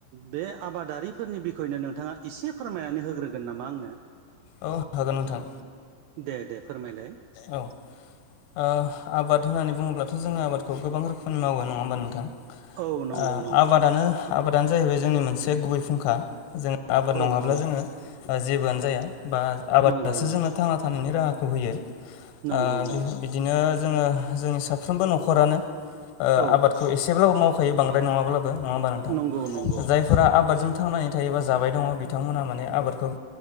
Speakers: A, on the right (about 85°); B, on the left (about 85°).
A: बे आबादारिफोरनि बिखयनो नोंथाङा एसे फोरमायनानै होग्रोगोन नामा आंनो
B: औ हागोन नोंथां
A: दे दे फोरमाय मेले
B: औ ओ आबाद होननानै बुङोब्लाथ' जोङो आबादखौ गोबां रोखोमनि मावो नङा होमबा नोंथां?
A: औ नंगौ
B: ओ
A: नंगौ।
B: आबादानो आबादानो जाहैबाय जोंनि मोनसे गुबै फुंखा जों आबाद
A: औ
B: नङाब्ला
A: औ
B: जोङो जेबोआनो जाया। बा आबादासो
A: नंगौ नंगौ
B: जोंनो थांना थानायनि राहा खौ होयो। ओ
A: नंगौ नंगौ
B: बिदिनो। जोङो जोंनि साफ्रोमबो नखरानो ओ
A: औ
B: आबादखौ एसेब्लाबो माव <unintelligible> बांद्राय नङाब्लाबो नङा होबा नोंथां
A: नंगौ नंगौ
B: जायफोरा आबादजों थांनानै थायोबा जा बाय दङ बिथांमोना माने आबादखौ ओ